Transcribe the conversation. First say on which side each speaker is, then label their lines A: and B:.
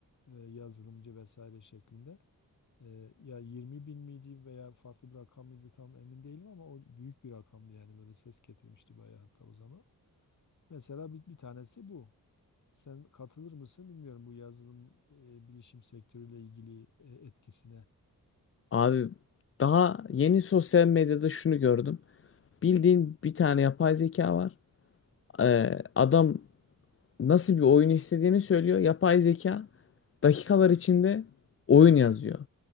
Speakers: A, on the left; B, on the left.
A: e, yazılımcı vesaire şeklinde. E, ya 20 bin miydi veya farklı bir rakam mıydı tam emin değilim ama o büyük bir rakamdı yani böyle ses getirmişti bayağı hatta o zaman. Mesela bir, bir tanesi bu. Sen katılır mısın bilmiyorum bu yazılım e, bilişim sektörüyle ilgili e, etkisine.
B: abi daha yeni sosyal medyada şunu gördüm. Bildiğin bir tane yapay zeka var. Ee, adam nasıl bir oyun istediğini söylüyor. Yapay zeka dakikalar içinde oyun yazıyor.